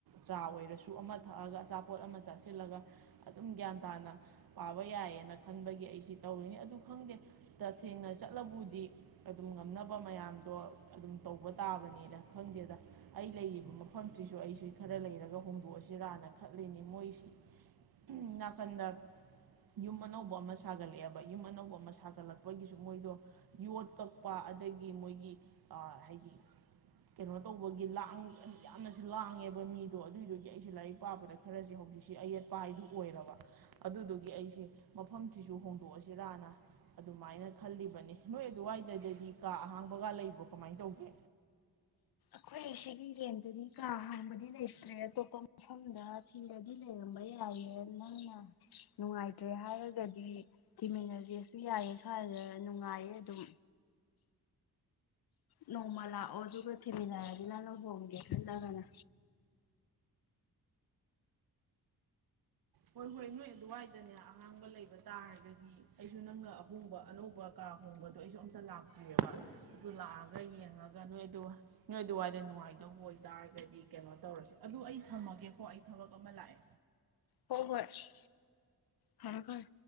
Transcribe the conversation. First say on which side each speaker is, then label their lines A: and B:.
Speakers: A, on the right; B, on the left.
A: ꯆꯥ ꯑꯣꯏꯔꯁꯨ ꯑꯃ ꯊꯛꯑꯒ ꯑꯆꯥꯄꯣꯠ ꯑꯃ ꯆꯥꯁꯤꯜꯂꯒ ꯑꯗꯨꯝ ꯒ꯭ꯌꯥꯟ ꯇꯥꯅ ꯄꯥꯕ ꯌꯥꯏꯌꯦꯅ ꯈꯟꯕꯒꯤ ꯑꯩꯁꯤ ꯇꯧꯔꯤꯅꯤ ꯑꯗꯨ ꯈꯪꯗꯦ ꯇꯊꯦꯡꯅ ꯆꯠꯂꯕꯨꯗꯤ ꯑꯗꯨꯝ ꯉꯝꯅꯕ ꯃꯌꯥꯝꯗꯣ ꯑꯗꯨꯝ ꯇꯧꯕ ꯇꯥꯕꯅꯤꯗ ꯈꯪꯗꯦꯗ ꯑꯩ ꯂꯩꯔꯤꯕ ꯃꯐ ꯃꯐꯝꯁꯤꯁꯨ ꯑꯩꯁꯤ ꯈꯔ ꯂꯩꯔꯒ ꯍꯣꯡꯗꯣꯛꯑꯁꯤ ꯔꯥꯅ ꯈꯠꯂꯤꯅꯤ ꯃꯣꯏꯁꯤ ꯅꯥꯀꯟꯗ ꯌꯨꯝ ꯑꯅꯧꯕ ꯑꯃ ꯁꯥꯒꯠꯂꯛꯑꯦꯕ ꯌꯨꯝ ꯑꯅꯧꯕ ꯑꯃ ꯁꯥꯒꯠꯂꯛꯄꯒꯤꯁꯨ ꯃꯣꯏꯗꯣ ꯌꯣꯠ ꯀꯛꯄ ꯑꯗꯒꯤ ꯃꯣꯏꯒꯤ ꯍꯥꯏꯗꯤ ꯀꯩꯅꯣ ꯇꯧꯕꯒꯤ ꯂꯥꯡ ꯌꯥꯝꯅꯁꯨ ꯂꯥꯡꯉꯦꯕ ꯃꯤꯗꯣ ꯑꯗꯨꯏꯗꯨꯒꯤ ꯑꯩꯁꯦ ꯂꯥꯏꯔꯤꯛ ꯄꯥꯕꯗ ꯈꯔꯁꯦ ꯍꯧꯖꯤꯛꯁ‌ꯦ ꯑꯌꯦꯠꯄ ꯍꯥꯏꯗꯨ ꯑꯣꯏꯔꯕ ꯑꯗꯨꯗꯨꯒꯤ ꯑꯩꯁꯦ ꯃꯐꯝꯁꯤꯁꯨ ꯍꯣꯡꯗꯣꯛꯑꯁꯤꯔꯥꯅ ꯑꯗꯨꯃꯥꯏꯅ ꯈꯜꯂꯤꯕꯅꯤ ꯅꯣꯏ ꯑꯗꯨꯋꯥꯏꯗꯗꯗꯤ ꯀꯥ ꯑꯍꯥꯡꯕꯒ ꯂꯩꯕ꯭ꯔꯣ ꯀꯃꯥꯏꯟ ꯇꯧꯒꯦ
B: ꯑꯩꯈꯣꯏ ꯁꯤꯒꯤ ꯔꯦꯟꯗꯗꯤ ꯀꯥ ꯍꯥꯡꯕꯗꯤ ꯂꯩꯇ꯭ꯔꯦ ꯑꯇꯣꯞꯄ ꯃꯐꯝꯗ ꯊꯤꯔꯗꯤ ꯂꯩꯔꯝꯕ ꯌꯥꯏꯌ‌ꯦ ꯅꯪꯅ ꯅꯨꯡꯉꯥꯏꯇ꯭ꯔꯦ ꯍꯥꯏꯔꯒꯗꯤ ꯊꯤꯃꯤꯟꯅꯖ‌ꯦꯁꯨ ꯌꯥꯏꯌꯦ ꯁ꯭ꯋꯥꯏꯗ ꯅꯨꯡꯉꯥꯏꯌꯦ ꯑꯗꯨꯝ ꯅꯣꯡꯃ ꯂꯥꯛꯑꯣ ꯑꯗꯨꯒ ꯊꯤꯃꯤꯟꯅꯖꯤ ꯅꯪꯅ ꯍꯣꯡꯒꯦ ꯈꯜꯂꯒꯅ
A: ꯍꯣꯏ ꯍꯣꯏ ꯅꯣꯏ ꯑꯗꯨꯋꯥꯏꯗꯅꯦ ꯑꯍꯥꯡꯕ ꯂꯩꯕ ꯇꯥꯔꯒꯗꯤ ꯑꯩꯁꯨ ꯅꯪꯅ ꯑꯍꯣꯡꯕ ꯑꯅꯧꯕ ꯀꯥ ꯑꯍꯣꯡꯕꯗꯣ ꯑꯩꯁꯨ ꯑꯝꯇ ꯂꯥꯛꯇ꯭ꯔꯤꯑꯦꯕ ꯑꯗꯨ ꯂꯥꯛꯑꯒ ꯌꯦꯡꯉꯒ ꯅꯣꯏ ꯑꯗꯨ ꯅꯣꯏ ꯑꯗꯨꯋꯥꯏꯗ ꯅꯨꯡꯉꯥꯏꯗꯧꯕ ꯑꯣꯏꯇꯥꯔꯒꯗꯤ ꯀꯩꯅꯣ ꯇꯧꯔꯁꯦ ꯑꯗꯨ ꯑꯩ ꯊꯝꯃꯒꯦꯀꯣ ꯑꯩ ꯊꯕꯛ ꯑꯃ ꯂꯥꯛꯑꯦ
B: ꯍ‌ꯣꯍ‌ꯣꯏ ꯐꯔ‌ꯦ ꯐꯔ‌ꯦ